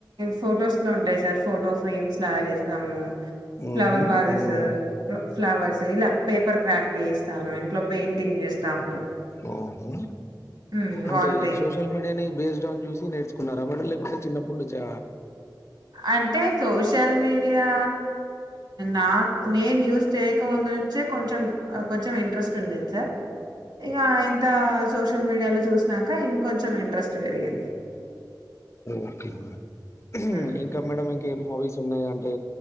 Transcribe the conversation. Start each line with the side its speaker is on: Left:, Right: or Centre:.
Right: ఫొటోస్ లో ఉంటాయి సార్ ఫోటో ఫ్రేమ్స్ లాగా చేస్తాము ఫ్లవర్
Left: ఉహు
Right: వాసస్
Left: ఉమ్
Right: ఫ్లవర్స్ ఇలా పేపర్ క్రాఫ్ట్ చేస్తాను ఇంట్లో పెయింటింగ్ చేస్తాము
Left: ఓహో
Right: హ్మ్.
Left: అంటే
Right: వాల్ పెయింట్
Left: సోషల్ మీడియాని బేస్డ్ ఆన్ చూసి నేర్చుకున్నారా మేడం చిన్నప్పుడిన్చే
Right: అంటే సోషల్ మీడియా నాకు నేను యూస్ చేయకముందు నుంచే కొంచెం కొంచెం ఇంట్రెస్ట్ ఉండేది సార్ ఇగ అయింత సోషల్ మీడియాలో చూసినాక ఇంకొంచెం ఇంట్రెస్ట్ పెరిగింది
Left: ఓకే మ
Right: హ్మ్.
Left: ఇంకా మేడం ఇంకా ఏం హాబీస్ ఉన్నాయి అంటే